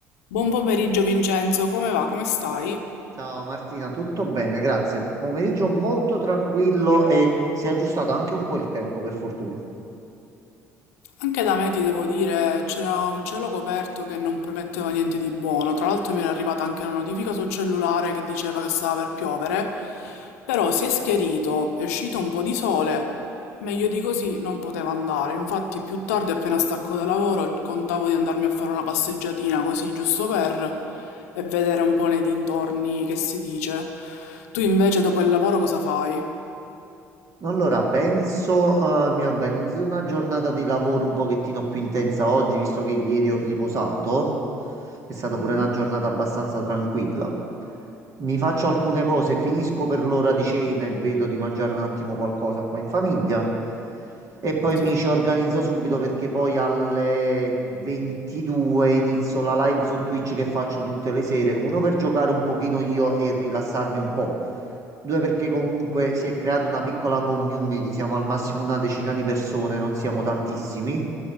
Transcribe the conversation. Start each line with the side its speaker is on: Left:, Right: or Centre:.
Left: Buon pomeriggio Vincenzo, come va? Come stai?
Right: Ciao Martina, tutto bene, grazie. Pomeriggio molto tranquillo e si è aggiustato anche un po' il tempo, per fortuna.
Left: Anche da me ti devo dire, c'era un cielo coperto che non prometteva niente di buono. Tra l'altro mi era arrivata anche una notifica sul cellulare che diceva che stava per piovere, però si è schierito, è uscito un po' di sole. Meglio di così non poteva andare. Infatti più tardi, appena stacco da lavoro, contavo di andarmi a fare una passeggiatina così, giusto per, e vedere un po' nei dintorni che si dice. Tu invece dopo il lavoro cosa fai?
Right: Allora, penso, eh, mi organizzo una giornata di lavoro un pochettino più intensa oggi, visto che ieri ho riposato. È stata
Left: Mm?
Right: pure una giornata abbastanza tranquilla. Mi faccio alcune cose, finisco per l'ora di cena e vedo di mangiare un attimo qualcosa qua in famiglia. E poi
Left: Sì.
Right: mi ci organizzo subito perché poi alle 22 inizio la live su Twitch che faccio tutte le sere. Uno per giocare un pochino io e rilassarmi un po'. Due perché comunque si è creata una piccola community, siamo al massimo una decina di persone, non siamo tantissimi,